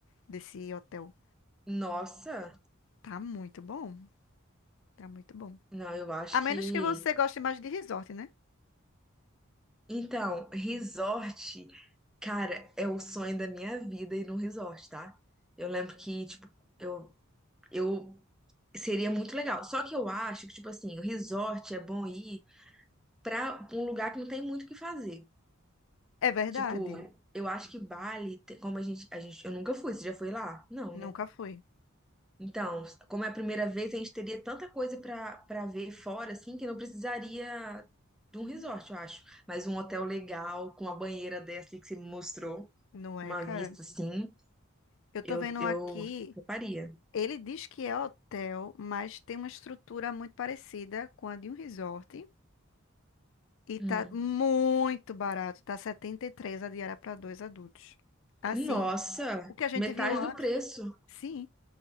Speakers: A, on the left; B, in the centre.
A: desse hotel.
B: Nossa,
A: Tá muito bom. Tá muito bom.
B: não, eu acho
A: A menos
B: que.
A: que você goste mais de resort, né?
B: Então, resort, cara, é o sonho da minha vida ir num resort, tá? Eu lembro que, tipo, eu, eu seria muito legal. Só que eu acho que, tipo assim, o resort é bom ir pra um lugar que não tem muito o que fazer.
A: É verdade.
B: Tipo, eu acho que Bali, te- como a gente, a gente, eu nunca fui, você já foi lá? Não,
A: Nunca
B: né?
A: fui.
B: Então, como é a primeira vez, a gente teria tanta coisa para para ver fora, assim, que não precisaria de um resort, eu acho. Mas um hotel legal, com uma banheira dessa aí que você me mostrou,
A: Não
B: com
A: é,
B: uma
A: cara?
B: vista assim,
A: Eu
B: eu,
A: tô vendo
B: eu
A: aqui
B: faria.
A: Ele diz que é hotel, mas tem uma estrutura muito parecida com a de um resort. E tá
B: Hum.
A: muito barato, tá 73 a diária para dois adultos. Assim,
B: Nossa,
A: o que a gente
B: metade
A: viu antes,
B: do preço.
A: sim,